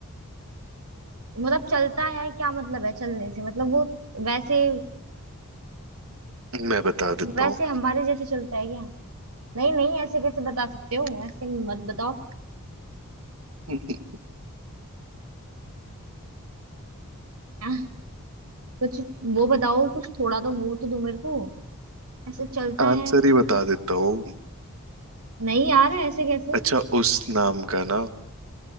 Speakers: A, on the right (about 85°); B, on the right (about 65°).
A: मतलब चलता है क्या मतलब है चलने से मतलब वो वैसे
B: मैं बता देता
A: वैसे
B: हूँ
A: हमारे जैसे चलता है क्या नहीं नहीं ऐसे कैसे बता सकते हो ऐसे मत बताओ
B: <laughs>
A: आह, कुछ वो बताओ कुछ थोड़ा तो वो तो दो मेरे को ऐसे चलता
B: आंसर
A: है
B: ही बता देता हूँ
A: नहीं यार ऐसे कैसे
B: अच्छा उस नाम का ना